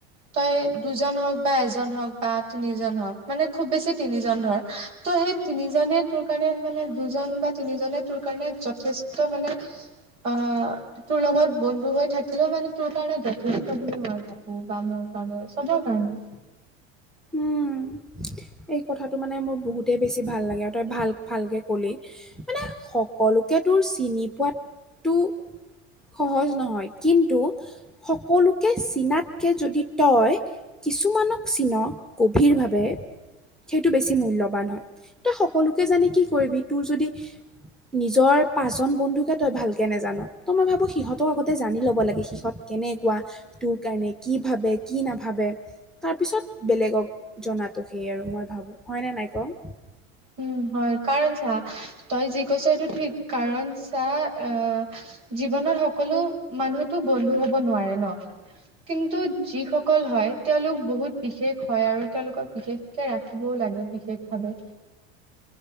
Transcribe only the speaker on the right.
তই দুজন হওক বা এজন হওক বা তিনিজন হওক মানে খুব বেছি তিনিজন ধৰ, ত' সেই তিনিজনে তোৰ কাৰণে মানে দুজন বা তিনিজনে তোৰ কাৰণে যথেষ্ট মানে অ তোৰ লগত বন্ধু হৈ থাকিলেও মানে তোৰ কাৰণে যথেষ্ট বুলি মই ভাবো বা মোৰ কাৰণে চবৰ কাৰণে।
উম হয় কাৰণ চা তই যি কৈছ এইটো ঠিক কাৰণ চা অ জীৱনত সকলো মানুহতো বন্ধু হব নোৱাৰে ন। কিন্তু যিসকল হয়, তেওঁলোক বহুত বিশেষ হয় আৰু তেওঁলোকক বিশেষকে ৰাখিব লাগে বিশেষভাৱে।